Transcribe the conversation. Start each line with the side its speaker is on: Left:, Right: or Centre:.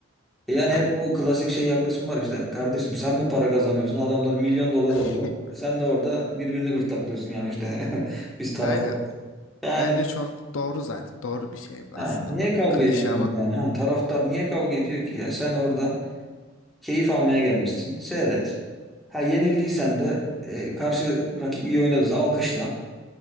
Centre: E Yani
Left: Hani
Centre: hep o klasik şey yaklaşım var işte. Kardeşim sen mi para kazanıyorsun? Adamlar milyon dolar
Left: <laughs>
Centre: alıyor. E Sen de orada birbirini gırtlaklıyorsun yani işte. <laughs> Biz taraftar.
Left: aynen
Centre: Yani
Left: bence çok doğru zaten doğru bir şey aslında
Centre: ha, niye
Left: bu
Centre: kavga
Left: klişe
Centre: ediyorsunuz
Left: ama
Centre: yani? Ha, taraftar niye kavga ediyor ki ya? Sen orada keyif almaya gelmişsin. Seyret. Ha yenildiysen de e, karşı rakip iyi oynadıysa alkışla.